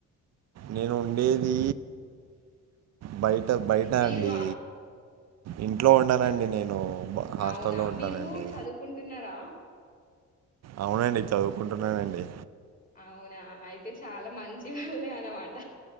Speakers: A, on the right (about 60°); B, on the left (about 30°).
A: నేను ఉండేది బయ్ బయట
B: మీరు
A: అండి ఇంట్లో ఉండనండి
B: హలో
A: నేను హాస్టల్లో
B: అవునా
A: ఉంటానండి
B: మీరు చదువుకుంటున్నారా
A: అవునండి చదువుకుంటున్నానండి
B: అవునా అయితే చాలా మంచి వాళ్ళే అనమాట